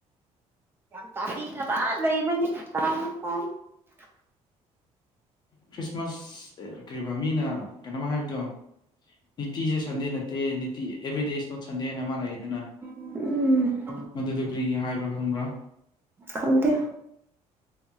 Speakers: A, on the right (about 20°); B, on the left (about 35°).
A: ꯌꯥꯝ ꯇꯥꯕꯤꯅꯕ ꯂꯩꯕꯅꯤꯅ <unintelligible>
B: ꯈ꯭ꯔꯤꯁꯃꯥꯁ ꯀꯔꯤꯕ ꯃꯤꯅ ꯀꯩꯅꯣꯝ ꯍꯥꯏꯕꯗꯣ ꯅꯤꯇꯤꯁꯦ ꯁꯟꯗꯦ ꯅꯠꯇꯦ ꯅꯤꯇꯤ ꯑꯦꯕ꯭ꯔꯤꯗꯦ ꯏꯁ ꯅꯣꯠ ꯁꯟꯗꯦ ꯍꯥꯏꯅ ꯑꯃꯥ ꯂꯩꯥꯑꯦꯗꯅ
A: ꯎꯝ
B: ꯃꯗꯨꯗ ꯀꯔꯤꯒꯤ ꯍꯥꯏꯕ꯭ꯔꯥ ꯈꯪꯕ꯭ꯔꯥ
A: ꯈꯪꯗꯦ